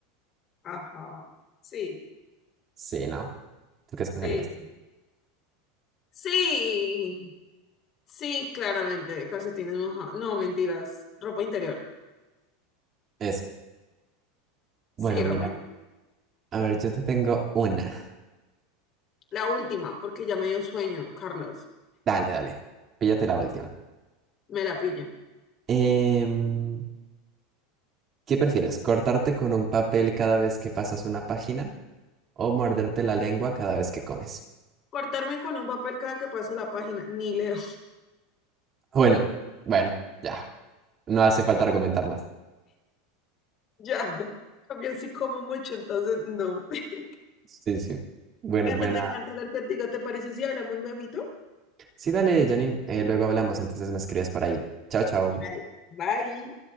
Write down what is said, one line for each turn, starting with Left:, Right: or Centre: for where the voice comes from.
Left: Ajá. Sí,
Right: Sí, ¿no? ¿Tú qué escogerías?
Left: sí. Sí. Sí, claramente, calcetines mojados. No, mentiras. Ropa interior.
Right: Eso.
Left: Sí,
Right: Bueno,
Left: ropa
Right: mira,
Left: interior.
Right: a ver, yo te tengo una.
Left: La última, porque ya me dio sueño, Carlos.
Right: Dale, dale, píllate la última.
Left: Me la pillo.
Right: Em, ¿qué prefieres? ¿Cortarte con un papel cada vez que pasas una página o morderte la lengua cada vez que comes?
Left: Cortarme con un papel cada que paso la página. Ni leo.
Right: Bueno, bueno, ya. No hace falta argumentar más.
Left: Ya, <laughs> cambio sí como mucho, entonces no. <laughs>
Right: Sí, sí. Bueno,
Left: Carlos,
Right: buena.
Left: me encanta hablar contigo. ¿Te parece si hablamos luego?
Right: Sí, dale, Janine. eh, luego hablamos, entonces me escribes por ahí. Chao, chao.
Left: Vale, bye.